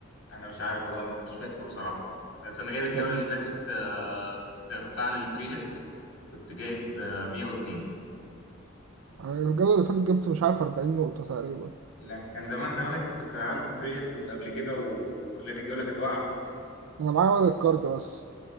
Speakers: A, on the left (about 80°); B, on the right (about 85°).
A: انا مش عارف والله مش فاكره بصراحه بس انا جايب الجوله
B: طب
A: اللي فاتت آه، كنت بفعل الفري هيت كنت جايب آه، 102
B: يعني الجولة اللي فاتت جبت مش عارف 40 نقطة تقريبا
A: لا كان زمان زمان انا كنت فعلت الفري هيت قبل كده و... لان الجوله كانت واقعه
B: أنا معايا ورق الكارد بس